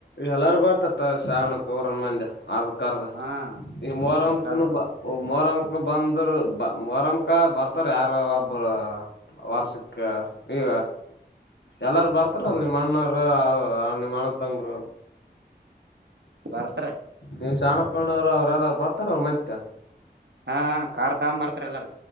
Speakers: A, on the left; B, on the right.
A: ಎಲ್ಲಾರ ಬರ್ತತ್ ಶ್ರಾವಣಕ್ ರನ್ ಮಂದಿ ಅರ್ದ ಕರ್ದ
B: ಹಾ
A: ಈ ಮೋರಮ್ಮಕನು
B: ಹ್ಮ್ ಎಲ್ಲಾರು ಬರ್
A: ಮೋರಮ್ಮ ಬಂದ್ರ ಬ ಮರಮಕ ಬರ್ತಾರ ಯಾರ ಒಬ್ಬರು ವರ್ಷಕ್ಕೆ ಈ ಎಲ್ಲಾರ ಬರ್ತಾರಲ್ ನಿಮ್ಮ ಅಣ್ಣವರು ನಿಮ್ಮ ಅಣ್ಣ ತಂಬರು
B: ಬರ್ತಾರ
A: ನೀವ್ ಸಾಣಪ್ಪಣ್ಣವರು ಅವ್ರು ಯಾರರು ಬರ್ತಾರ ಅವರು ಮೈತ್ತೆ
B: ಹಾ ಕಾರ್ ತಗ ಬರ್ತಾರ ಎಲ್ಲಾರ